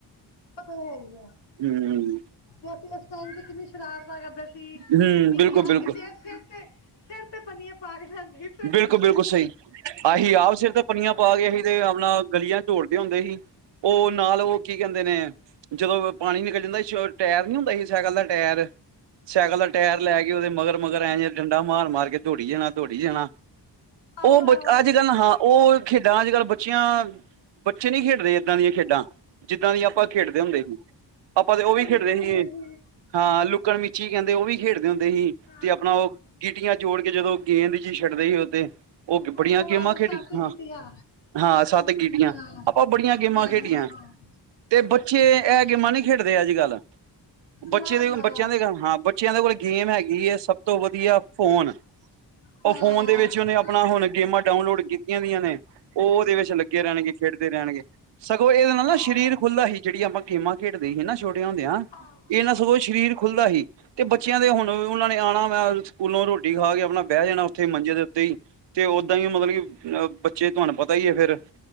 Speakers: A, on the left; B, on the right.
A: ਓਹ ਤਾ ਹੈ ਈ ਐ।
B: ਹੂੰ,
A: ਤੇ ਅਸੀਂ ਓਸ ਟਾਈਮ ਤੇ ਕਿੰਨੀ ਸ਼ਰਾਰਤਾ ਕਰਦੇ ਸੀ। ਕੀ
B: ਹੂੰ
A: ਮੀਂਹ
B: ਬਿਲਕੁਲ-ਬਿਲਕੁਲ,
A: ਆਣ ਦੀ ਦੇਰ, ਸਿਰ ਤੇ ਸਿਰ ਤੇ ਪੰਨੀਆਂ ਪਾ ਕੇ ਜਾਂਦੇ ਹੀ
B: ਬਿਲਕੁਲ ਬਿਲਕੁਲ ਸਹੀ। ਆਹੀਂ ਆਪ ਸਿਰ ਤੇ ਪੰਨੀਆਂ ਪਾ ਕੇ ਅਹੀਂ ਤੇ ਆਪਣਾ ਗਲੀਆਂ ਚ ਦੋੜਦੇ ਹੁੰਦੇ ਹੀ। ਉਹ ਨਾਲ ਉਹ ਕੀ ਕੈਂਦੇ ਨੇ। ਜਦੋਂ ਪਾਣੀ ਨਿਕਲ ਜਾਂਦਾ ਸੀ, ਛੋ ਟੈਰ ਨੀ ਹੁੰਦਾ ਸੀ ਸੈਕਲ ਦਾ ਟੈਰ। ਸੈਕਲ ਦਾ ਟੈਰ ਲੈ ਕੇ ਉਹਦੇ ਮਗਰ ਮਗਰ ਐਂ ਜਿਵੇਂ ਡੰਡਾ ਮਾਰ ਮਾਰ ਕੇ ਦੌੜੀ ਜਾਣਾ, ਦੌੜੀ ਜਾਣਾ।
A: ਆਹੋ
B: ਉਹ ਬਚ
A: ਆਹੋ
B: ਅੱਜ ਕੱਲ੍ਹ ਨਾ ਹਾਂ ਉਹ ਖੇਡਾਂ ਅੱਜ ਕੱਲ੍ਹ ਬੱਚਿਆਂ, ਬੱਚੇ ਨੀ ਖੇਡਦੇ ਇੱਦਾਂ ਦੀਆਂ ਖੇਡਾਂ। ਜਿੱਦਾਂ ਦੀਆਂ ਆਪਾਂ ਖੇਡਦੇ ਹੁੰਦੇ ਹੀ। ਆਪਾਂ ਤੇ ਉਹ ਵੀ
A: ਕੰਚੀ
B: ਖੇਡਦੇ
A: ਹੁੰਦੇ
B: ਹੀ
A: ਸੀ
B: ਹਾਂ ਲੁੱਕਣ ਮਿਚੀ ਕੈਂਦੇ ਉਹ ਵੀ ਖੇਡਦੇ ਹੁੰਦੇ ਹੀ।
A: ਆਹੋ
B: ਤੇ ਆਪਣਾ ਉਹ ਗੀਟੀਆਂ ਜੋੜ ਕੇ ਜਦੋਂ ਗੇਂਦ ਜੀ ਸ਼ ਟਦੇ ਹੀ ਉਹ ਤੇ, ਉਹ
A: ਆਹੋ
B: ਬੜੀਆਂ
A: ਆਹੋ
B: ਗੇਮਾਂ
A: ਆਹੋ
B: ਖੇਡੀਆਂ,
A: ਸੱਤ ਜੀਤੀਆਂ
B: ਹਾਂ। ਹਾਂ ਸੱਤ ਗੀਟੀਆਂ,
A: ਹਾਂ
B: ਆਪਾਂ ਬੜੀਆਂ ਗੇਮਾਂ
A: ਆਹੋ
B: ਖੇਡੀਆਂ।
A: ਆਹੋ
B: ਤੇ ਬੱਚੇ
A: ਆਹੋ
B: ਐਹ ਗੇਮਾਂ ਨੀ ਖੇਡਦੇ ਅੱਜ ਕੱਲ੍ਹ। ਬੱਚੇ
A: ਨਾ
B: ਦੇ
A: ਨਾ
B: ਹੁਨ, ਬੱਚਿਆਂ ਦੇ ਗ-ਹਾਂ ਬੱਚਿਆਂ ਦੇ ਕੋਲ ਗੇਮ ਹੈਗੀ ਐ, ਸਭ ਤੋਂ ਵਧੀਆ, ਫੋਨ।
A: ਹਾਂ
B: ਉਹ ਫੋਨ ਦੇ
A: ਆਹੋ
B: ਵਿੱਚ ਉਹਨੇ ਆਪਣਾ ਹੁਣ ਗੇਮਾਂ ਡਾਊਨਲੋਡ ਕੀਤੀਆਂ ਦੀਆਂ ਨੇ। ਉਹ ਉਹਦੇ ਵਿੱਚ ਲੱਗੇ ਰਹਿਣਗੇ, ਖੇਡਦੇ ਰਹਿਣਗੇ। ਸਗੋਂ ਇਹਦੇ ਨਾਲ ਨਾ
A: ਆਹੋ
B: ਸ਼ਰੀਰ ਖੁੱਲ੍ਹਦਾ ਹੀ, ਜਿਹੜੀਆਂ ਆਪਾਂ ਗੇਮਾਂ ਖੇਡਦੇ ਹੀ ਨਾ ਛੋਟੇਆਂ ਹੁੰਦਿਆਂ
A: ਆਹੋ
B: ਇਹ ਨਾ ਸਗੋਂ ਸ਼ਰੀਰ ਖੁੱਲਦਾ ਹੀ। ਤੇ ਬੱਚਿਆਂ ਦੇ ਹੁਣ ਉਹਨਾਂ ਨੇ ਆਣਾ ਵੈਂ ਸਕੂਲੋਂ, ਰੋਟੀ ਖਾ ਕੇ ਆਪਣਾ ਬਹਿ ਜਾਣਾ ਓ ਥੇ ਮੰਜੇ ਦੇ ਉੱਤੇ ਈ। ਤੇ ਓਦਾਂ ਈ ਮਤਲਬ ਕਿ ਅ ਬੱਚੇ ਤੁਹਾਨੂੰ ਪਤਾ ਈ ਆ ਫੇਰ।